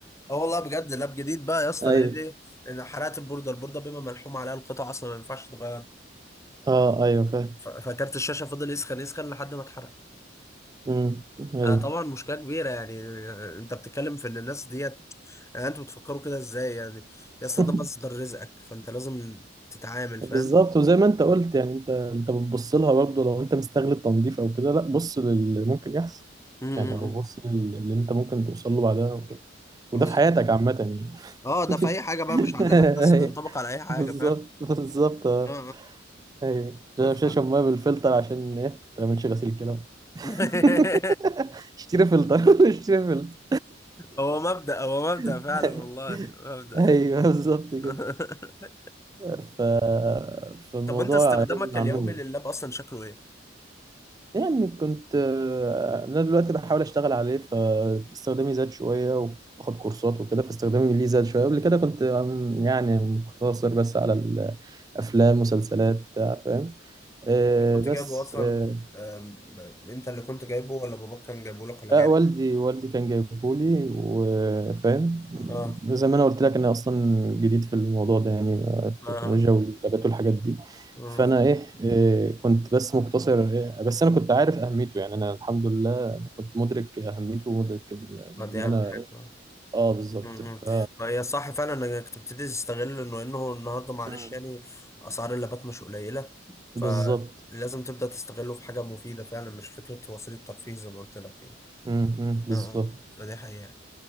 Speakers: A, on the left (about 15°); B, on the right (about 20°).
A: اه والله بجد لاب جديد بقى يا اسطى
B: ايوه
A: لان ايه؟ لان حرقت البورده البورده بما ملحوم عليها القطع اصلا ما ينفعش تتغير
B: اه ايوه فاهم
A: ف- فكارت الشاشه فضل يسخن يسخن لحد ما اتحرق
B: امم ايوه
A: آه طبعا مشكله كبيره يعني آه، انت بتتكلم في ان الناس ديت آه انتوا بتفكروا كده ازاي يعني
B: <laughs>
A: يا اسطى ده مصدر رزقك فانت لازم تتعامل فاهم
B: بالظبط وزي ما انت قلت يعني انت انت بتبص لها برضه لو انت مستغل التنظيف او كده لا بص للي ممكن يحصل
A: م- م-
B: يعني لو
A: م.
B: بص لل- اللي انت ممكن توصل له بعدها وكده وده
A: بالظبط
B: في حياتك عامة يعني <laughs>
A: اه ده في اي حاجه بقى مش على اللابات بس بينطبق
B: أيوة.
A: على اي حاجه
B: بالظبط
A: فاهم
B: بالظبط اه
A: اه
B: ايوه
A: اه
B: عشان مش هشرب
A: اه
B: ميه بالفلتر عشان ايه ما تعملش غسيل كده
A: <laughs>
B: <laughs> اشتري فلتر <laughs> اشتري فلتر
A: هو مبدأ هو مبدأ
B: <laughs>
A: فعلا والله مبدأ
B: ايوه <laughs> بالظبط كده
A: <laughs>
B: ف... فالموضوع
A: طب انت استخدامك
B: لازم نعممه
A: اليومي لللاب اصلا شكله ايه؟
B: يعني كنت آه، انا دلوقتي بحاول اشتغل عليه فاستخدامي زاد شويه واخد كورسات وكده فاستخدامي ليه زاد شويه قبل كده كنت آم، يعني مقتصر بس على الافلام مسلسلات بتاع فاهم آه،
A: انت كنت
B: بس
A: جايبه اصلا
B: آه،
A: آم، انت اللي كنت جايبه ولا باباك كان جايبه لك ولا
B: لا
A: جايبه
B: والدي والدي كان جايبهولي وفاهم
A: اه
B: زي ما انا قلت لك انا اصلا جديد في الموضوع ده يعني التكنولوجيا
A: اه
B: واللابات والحاجات دي
A: اه
B: فانا ايه إيه، كنت بس مقتصر إيه، بس انا كنت عارف اهميته يعني انا الحمد لله كنت مدرك اهميته ومدرك ال-
A: ما دي
B: اللي
A: اهم
B: انا
A: حاجة
B: ايه اه بالظبط
A: امم
B: ف
A: ما هي صح فعلا انك تبتدي تستغل انه انه النهارده معلش
B: مم.
A: يعني اسعار اللابات مش قليله فلازم
B: بالظبط
A: تبدا تستغله في حاجه مفيده فعلا مش فكره وسيله ترفيه زي ما قلت لك يعني
B: مم، مم، بالظبط
A: اه فدي حقيقه